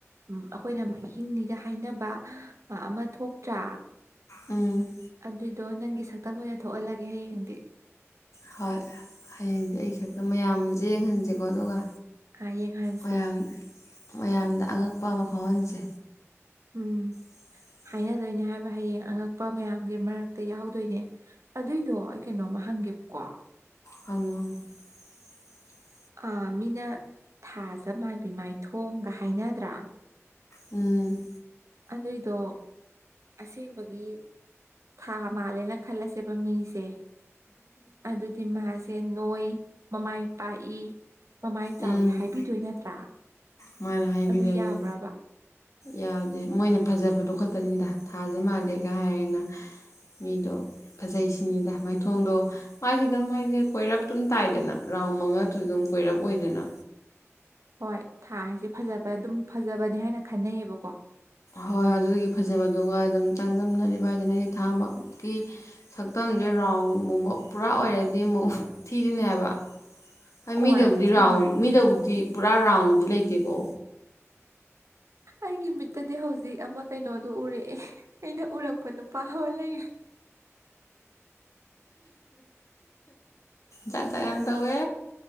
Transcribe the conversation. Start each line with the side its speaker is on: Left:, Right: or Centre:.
Right: ꯎꯝ ꯑꯩꯈꯣꯏꯅ ꯃꯍꯤꯡꯅꯤꯒ ꯍꯥꯏꯅꯕ ꯑꯃ ꯊꯣꯛꯇ꯭ꯔꯥ
Left: ꯎꯝ
Right: ꯑꯗꯨꯏꯗꯣ ꯅꯪꯒꯤ ꯁꯛꯇꯝ ꯑꯣꯏꯅ ꯊꯣꯛꯍꯜꯂꯒꯦ ꯍꯌꯦꯡꯗꯤ
Left: ꯍꯣꯏ ꯍꯌꯦꯡꯗꯤ ꯑꯩ ꯁꯛꯇꯝ ꯃꯌꯥꯝꯁꯦ ꯌꯦꯡꯍꯟꯁꯦꯀꯣ ꯑꯗꯨꯒ
Right: ꯥ ꯑꯥ ꯌꯦꯡꯍꯟꯁꯦ
Left: ꯃꯌꯥꯝ ꯃꯌꯥꯝꯗ ꯑꯉꯛꯄ ꯑꯃ ꯐꯥꯎꯍꯟꯁꯦ
Right: ꯎꯝ
Left: <inaudible>
Right: ꯍꯥꯏꯅꯗꯣꯏꯅꯦ ꯍꯥꯏꯕ ꯍꯌꯦꯡ ꯑꯉꯛꯄ ꯃꯌꯥꯝꯒꯤ ꯃꯔꯛꯇ ꯌꯥꯎꯗꯣꯏꯅꯦ ꯑꯗꯨꯏꯗꯣ ꯑꯩ ꯀꯩꯅꯣꯃ ꯍꯪꯒꯦꯞꯀꯣ
Left: ꯍꯪꯉꯥ ꯍꯪꯉꫭ <inaudible>
Right: ꯑꯥ ꯃꯤꯅ ꯊꯥꯖ ꯃꯥꯟꯕꯤ ꯃꯥꯏ ꯊꯣꯡꯒ ꯍꯥꯏꯅꯗ꯭ꯔꯥ
Left: ꯎꯝ
Right: ꯑꯗꯨꯏꯗꯣ ꯑꯁꯦꯡꯕꯒꯤ ꯊꯥ ꯊꯥ ꯃꯥꯜꯂꯦꯅ ꯈꯜꯂꯁꯦꯕ ꯃꯤꯁꯦ ꯑꯗꯨꯗꯤ ꯃꯥꯁꯦ ꯅꯣꯏ ꯃꯃꯥꯏ ꯄꯥꯛꯏ ꯃꯃꯥꯏ ꯆꯥꯎꯋꯤ
Left: ꯎꯝ
Right: ꯍꯥꯏꯕꯤꯗꯣꯏ ꯅꯠꯇ꯭ꯔꯥ
Left: ꯃꯥꯅ ꯍꯥꯏꯕꯤꯗꯣꯏꯅꯦ
Right: ꯑꯗꯨ ꯌꯥꯕ꯭ꯔꯕ
Left: ꯌꯥꯗꯦ ꯃꯣꯏꯅ ꯐꯖꯕꯗꯣ ꯈꯠꯇꯅꯤꯗ ꯊꯥꯁꯦ ꯃꯥꯜꯂꯦꯒ ꯍꯥꯏꯔꯦꯅ ꯃꯤꯗꯣ ꯐꯖꯩ ꯁꯤꯅꯤꯗ ꯃꯥꯏꯊꯣꯡꯗꯣ ꯃꯥꯏꯁꯦ ꯑꯗꯨꯝ ꯍꯥꯏꯁꯦ ꯀꯣꯏꯔꯞ ꯇꯝ ꯇꯥꯏꯗꯅ ꯔ ꯇꯥꯎ ꯃꯉꯥꯗꯨ ꯑꯗꯨꯝ ꯀꯣꯏꯔꯞ ꯑꯣꯏꯏꯗꯅ
Right: ꯍꯣꯏ ꯊꯥꯁꯦ ꯐꯖꯕ ꯑꯗꯨꯝ ꯐꯖꯕꯅꯦ ꯍꯥꯏꯅ ꯈꯟꯅꯩꯌꯦꯕꯀꯣ
Left: ꯍꯣꯏ ꯑꯗꯨꯗꯒꯤ ꯐꯖꯕꯗꯨ ꯑꯗꯨꯝ ꯆꯥꯡꯗꯝꯅꯔꯤꯕ ꯍꯥꯏꯗꯅ ꯑꯩꯗꯤ ꯊꯥꯃꯛꯀꯤ ꯁꯛꯇꯝꯁꯦ ꯔꯥꯎꯟ ꯕ ꯄꯨꯔꯥ ꯑꯣꯏꯔꯗꯤ ꯑꯃꯨꯛ ꯊꯤꯗꯣꯏꯅꯦ ꯍꯥꯏꯕ ꯍ
Right: ꯍꯣꯏ
Left: ꯃꯤꯗꯕꯨꯗꯤ
Right: ꯊꯤꯅꯤ
Left: ꯔꯥꯎ ꯃꯤꯗꯕꯨꯗꯤ ꯄꯨꯔꯥ ꯔꯥꯎꯗꯤ ꯂꯩꯇꯦꯀꯣ
Right: ꯑꯩꯒꯤ ꯃꯤꯠꯇꯗꯤ ꯍꯧꯖꯤꯛ ꯑꯃ ꯀꯩꯅꯣꯗꯨꯣ ꯎꯔꯛꯑꯦ ꯑꯩꯅ ꯎꯔꯛꯄ ꯄꯨꯣꯏ ꯅꯨ ꯄꯥ ꯂꯩ
Left: ꯖꯥꯠ ꯖꯠ ꯌꯥꯝ ꯇꯧꯋꯦ